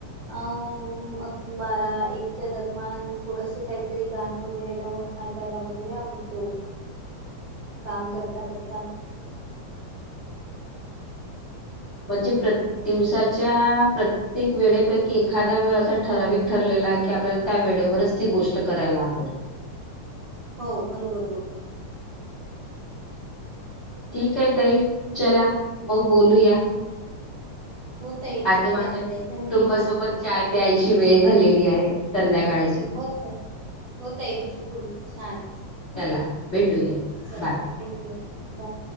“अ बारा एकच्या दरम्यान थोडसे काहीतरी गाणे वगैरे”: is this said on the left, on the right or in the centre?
Right